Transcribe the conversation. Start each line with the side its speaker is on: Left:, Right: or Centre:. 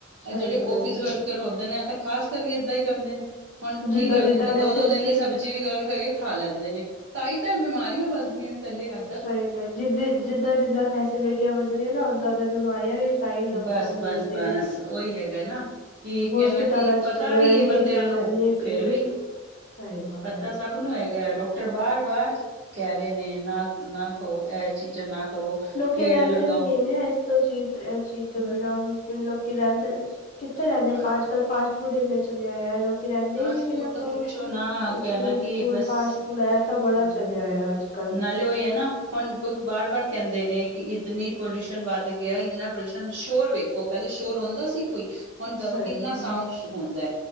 Right: ਇਹ
Left: ਸਹੀ
Right: ਜਿਹੜੇ
Left: ਗੱਲ
Right: ਆਫਿਸ ਵਰਕਰ ਹੁੰਦੇ ਨੇ ਤਾਂ ਖ਼ਾਸ ਕਰਕੇ ਇਦਾਂ ਈ ਕਰਦੇ ਨੇ ਹੁਣ
Left: ਜਿੱਦਾਂ
Right: ਕੀ ਕਰਦੇ
Left: ਜਿੱਦਾਂ
Right: ਨੇ
Left: ਫੈਸਿਲਿਟੀ
Right: ਦੋ- ਦੋ ਦਿਨ ਦੀ ਸਬਜ਼ੀ ਸਬਜ਼ੀ ਵੀ ਗਰਮ ਕਰਕੇ ਖਾ ਲੈਂਦੇ ਨੇ, ਤਾਹੀ ਤਾਂ ਇਹ ਬਿਮਾਰੀਆਂ ਵੱਧ ਰਹੀਆਂ ਨੇ ਪਹਿਲੇ ਹੱਦ
Left: ਸਹੀ ਤਾਂ ਜਿੱਦ-ਜਿੱਦਾਂ-ਜਿੱਦਾਂ ਫੈਸਿਲਿਟੀਆਂ ਵਧ ਰਹੀਆਂ ਨਾ ਉਦਾਂ-ਉਦਾਂ ਬਿਮਾਰੀਆਂ ਵੀ ਤਾਈ ਲੋਕਾ
Right: ਬਸ
Left: ਸਾਨੂੰ ਬਲਦੇ
Right: ਬਸ ਬਸ
Left: ਨੇ
Right: ਉਹੀ ਹੈਗਾ ਨਾ ਕਿ
Left: ਹੋਸਪਿੱਟਲਾਂ
Right: ਕਹਿਣਾ ਕਿ ਪਤਾ
Left: ਚੱਲ ਜਾ
Right: ਵੀ
Left: ਇੰਨੀ
Right: ਇਹ ਬੰਦਿਆਂ
Left: ਭੀੜ,
Right: ਨੂੰ
Left: ਇੰਨੀ
Right: ਫਿਰ
Left: ਭੀੜ,
Right: ਵੀ
Left: ਸਹੀ ਗੱਲ
Right: ਪਤਾ
Left: ਐ।
Right: ਸਭ ਨੂੰ ਹੈਗਾ ਹੈ ਡਾਕਟਰ ਬਾਰ-ਬਾਰ ਕਹਿ ਰਹੇ ਨੇ ਨਾ-ਨਾ ਕਹੋ ਇਹ ਚੀਜ਼ਾਂ ਨਾ ਕਰੋ
Left: ਲੋਕ
Right: ਪੇੜ
Left: ਰਹਿੰਦੇ
Right: ਲਗਾਓ
Left: ਵੀ ਨਹੀਂ ਨੇ ਸ ਤੋਂ ਚੀਜ਼-ਐ ਚੀਜ਼ ਤੋਂ
Right: ਬਸ
Left: ਬਿਨਾਂ
Right: ਬਸ
Left: ਹੁਨ ਮਤਲੱਬ ਲੋਕ ਰਹਿੰਦੇ ਕਿੱਥੇ ਰਹਿੰਦੇ,
Right: ਬਸ
Left: ਅੱਜ-ਕੱਲ
Right: ਬਸ
Left: ਫਾਸਟ ਫੂਡ ਨੇ ਚਲਿਆ ਹੋਇਆ ਹੈ ਲੋਕ ਰਹਿੰਦੇ
Right: ਫਾਸਟ
Left: ਹੀ ਨੀ
Right: ਫੂਡ
Left: ਬੰਦਾ ਕਰੇ
Right: ਤਾਂ ਪੁੱਛੋ
Left: ਕੀ,
Right: ਨਾ
Left: ਵੈਸੇ ਵੀ ਫੂਡ
Right: ਕਹਿਣਾ
Left: ਸਟ੍ਰੀਟ
Right: ਕਿ
Left: ਫੂਡ
Right: ਬਸ
Left: ਫਾਸਟ ਫੂਡ ਇਹ ਤਾਂ ਬੜਾ
Right: ਬਸ-ਬਸ
Left: ਚਲਿਆ ਅੱਜ ਕੱਲ
Right: ਨਾਲੇ ਉ ਏ ਹੈ ਨਾ। ਹੁਣ ਬਾਰ- ਬਾਰ ਕਹਿੰਦੇ ਨੇ ਕਿ ਇਤ ਨੀ ਪੋਲਿਊਸ਼ਨ ਵੱਧ ਗਿਆ ਇੰਨਾ ਪੋਲਿਊਸ਼ਨ ਸ਼ੋਰ ਵੇ ਦੇਖੋ ਪਹਿਲੇ ਸ਼ੋਰ ਹੁੰਦਾ ਸੀ ਕੋਈ, ਹੁਣ
Left: ਸਹੀ
Right: ਕਿੰਨਾ
Left: ਗੱਲ
Right: ਸਾਊਂਡ
Left: ਹੈ
Right: ਹੁੰਦਾ